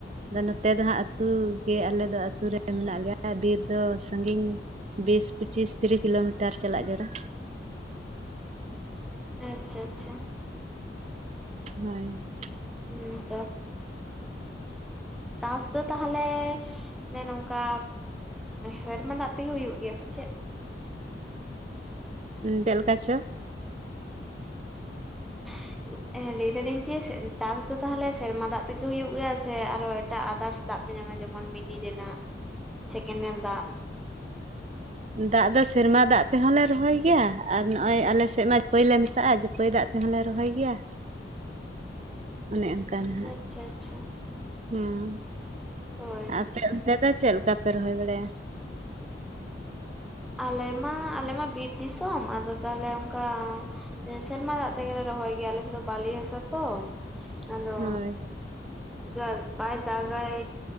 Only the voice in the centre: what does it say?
ᱟᱪᱪᱷᱟ ᱟᱪᱪᱷᱟ
<unintelligible> ᱪᱟᱥ ᱫᱚ ᱛᱟᱦᱚᱞᱮᱼᱼ ᱮ ᱱᱚᱝᱠᱟ ᱥᱮᱨᱢᱟ ᱫᱟᱜ ᱛᱮᱜᱮ ᱦᱩᱭᱩᱜ ᱜᱮᱭᱟ ᱥᱮ ᱪᱮᱫ?
<inaudible> ᱦᱮᱸ ᱞᱟᱹᱭ ᱫᱟᱞᱤᱧ ᱡᱮ ᱪᱟᱥ ᱫᱚ ᱛᱟᱦᱚᱞᱮ ᱥᱮᱨᱢᱟ ᱫᱟᱜ ᱛᱮᱜᱮ ᱦᱩᱭᱩᱜ ᱜᱮᱭᱟ ᱥᱮ ᱟᱨᱚ ᱮᱴᱟᱜ ᱟᱫᱟᱨᱥ ᱫᱟᱜ ᱯᱮ ᱧᱟᱢᱟ ᱡᱮᱢᱚᱱ ᱢᱤᱱᱤ ᱨᱮᱱᱟᱜ ᱥᱮᱠᱮᱱᱮᱞ ᱫᱟᱜ
<inaudible>
ᱟᱪᱪᱷᱟ ᱟᱪᱪᱷᱟ᱾
ᱦᱳᱭ
ᱟᱞᱮ ᱢᱟ ᱟᱞᱮ ᱢᱟ ᱵᱤᱨ ᱫᱤᱥᱚᱢ ᱟᱫᱚ ᱛᱟᱦᱚᱞᱮ ᱚᱱᱠᱟ ᱮᱸ ᱥᱮᱨᱢᱟ ᱫᱟᱜ ᱛᱮᱜᱮᱞᱮ ᱨᱚᱦᱚᱭ ᱜᱮᱭᱟ ᱟᱞᱮ ᱥᱮᱫ ᱫᱚ ᱵᱟᱞᱤ ᱦᱟᱥᱟ ᱛᱚ ᱟᱫᱚ᱾
ᱡᱟᱞᱵᱟᱭ ᱫᱟᱜᱟᱭ᱾